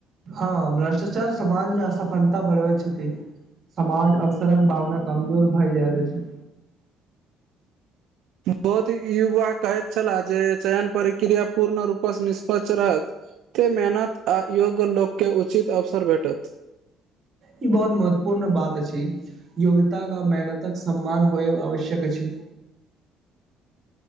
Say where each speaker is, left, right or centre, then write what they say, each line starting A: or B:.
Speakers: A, on the right; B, on the right.
A: हँ भ्रष्टाचार समाज मे असफलता बढ़बै छथि समाज अवसरक भावना कमजोर भए जाइत अछि
B: बहुत युवा कहति छलाह जे चयन प्रक्रिया पूर्ण रूपस निष्पक्ष रहत एते मेहनत आ योग्य लोक के उचित अवसर भेटत
A: ई बहुत महत्वपूर्ण बात अछि योग्यताक मेहनतक सम्मान होयत आवश्यक अछि